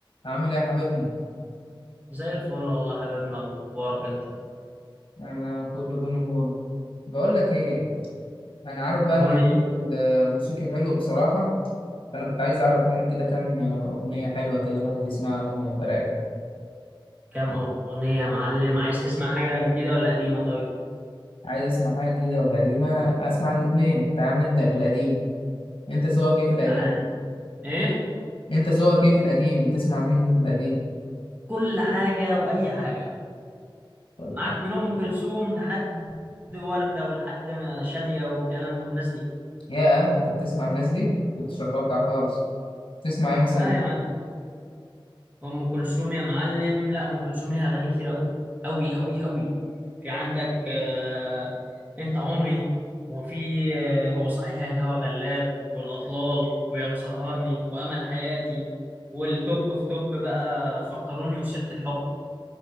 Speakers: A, on the left; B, on the right.
A: عامل ايه يا حبيبنا
B: زي الفل والله حبيبنا اخبارك انت
A: انا كله بونو بونو بقول لك ايه انا عارف بقى ان
B: قول
A: ذوقك
B: لي
A: الموسيقي حلو بصراحه فانا كنت عايز اعرف منك كده كام اغنيه حلوه كده الواحد يسمعها لما يبقى رايق
B: كام اغنيه يا معلم عايز تسمع حاجه جديده ولا قديمه طيب
A: عايز اسمع حاجه جديده ولا قديمه اسمع الاتنين تعال نبدا بالقديم انت ذوقك ايه في القديم
B: تعال ايه
A: انت ذوقك ايه في القديم بتسمع مين في القديم
B: كل حاجه واي حاجه
A: ولا
B: معاك
A: حاجه
B: من ام كلثوم لحد ورده ولحد شاديه والكلام ده والناس دي
A: يا انت بتسمع الناس دي كنتش اتوقع خالص تسمع ايه مثلا
B: لا يا معلم ام كلثوم يا معلم لا ام كلثوم ليها اغاني كتير قوي قوي قوي قوي في عندك آه انت عمري وفي آه هو صحيح الهوى غلاب والاطلال ويا مسهرني وامل حياتي والتوب في توب بقى فكروني وسيرة الحب